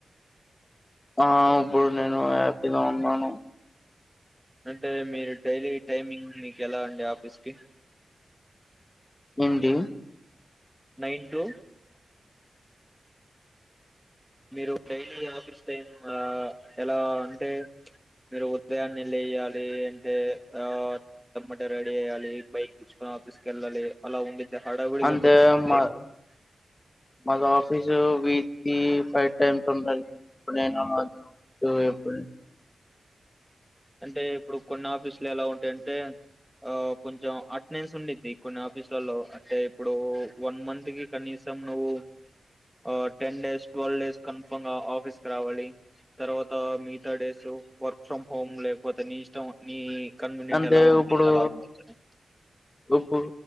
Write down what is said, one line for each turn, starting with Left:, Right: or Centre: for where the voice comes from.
Left: ఆ అప్పుడు నేను ఇలా ఉన్నాను
Centre: అంటే మీరు డైలీ టైమింగ్ మీకు ఎలా అండి ఆఫీస్ కి
Left: ఏంటి
Centre: నైన్ టూ మీరు డైలీ ఆఫీస్ టైమ్ ఆ ఎలా అంటే మీరు ఉదయాన్న లేయాలి అంటే ఆ ఎమ్మటే రెడీ అయ్యాలి బైక్ తీసుకొని ఆఫీస్ కి వెళ్ళాలి అలా ఉంది ఇక హడావుడి
Left: అంటే
Centre: గా ఉండిద్దండి
Left: మా
Centre: <unintelligible>
Left: మాది ఆఫీసు వీక్ కి ఫైవ్ టైమ్స్ ఉండాల ఇప్పుడు నేను ఎప్పుడు
Centre: అంటే ఇప్పుడు కొన్ని ఆఫీసులు ఎలా ఉంటాయంటే ఆ కొంచెం అటెండెన్స్ ఉండిద్ది కొన్ని ఆఫీసులలో అంటే ఇప్పుడు వన్ మంత్ కి కనీసం నువ్వు ఆ ten days twelve days confirm గా ఆఫీస్ కి రావాలి తర్వాత మిగతా డేస్ వర్క్ ఫ్రమ్ హోమ్ లేకపోతే నీ ఇష్టం నీ కన్వినియంట్
Left: అంటే
Centre: ఎలా ఉంది
Left: ఇప్పుడు
Centre: అలా ఉండొచ్చు
Left: ఇప్పుడు